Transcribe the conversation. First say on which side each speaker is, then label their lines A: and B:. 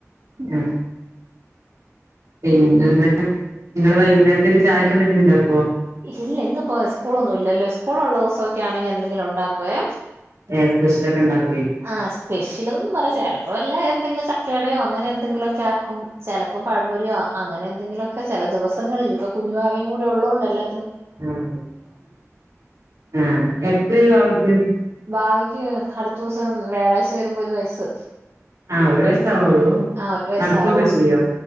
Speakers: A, on the right (about 75°); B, on the right (about 50°).
A: ഉം പിന്നെ എന്തൊക്കെ? നിങ്ങള് വൈകുന്നേരത്തേക്ക് ചായക്ക് എന്തെങ്കിലും ഉണ്ടാക്കുവോ?
B: ഇല്ല. ഇന്ന്പ്പോ സ്കൂളൊന്നും ഇല്ലല്ലോ. സ്കൂൾ ഉള്ള ദിവസൊക്കെ ആണെങ്കി എന്തെങ്കിലും ഉണ്ടാക്കുവേ
A: ഏ സ്പെഷ്യലൊക്കെ ണ്ടാക്
B: ആ സ്പെഷ്യൽ ന്നും പറയാ. ചെൽപ്പോ വല്ല എന്തെങ്കിലും ചക്കേടയോ അങ്ങനെ എന്തെങ്കിലുക്കെ ആക്കും. ചെല പ്പം പഴം പൊരിയോ അങ്ങനെ എന്തെങ്കിലൊക്കെ ചെല ദിവസങ്ങളിൽ. ഇപ്പൊ കുഞ്ഞുവാവേയും കൂടി ഉള്ളോണ്ട് എല്ലെ
A: ആ ആ എത്രയായി വാവക്ക്
B: വാവയ്ക്ക് അടുത്ത ദിവസം വ്യാഴാഴ്ച വരുമ്പോ ഒരു വയസ്സ്.
A: ആ ഒരു വയസ്സ് ആവുണൊള്ളൂ.
B: ആഹ് ഒരു വയസ്സാകുള്ളൂ
A: നടക്കൊക്കെ ചെയ്യോ?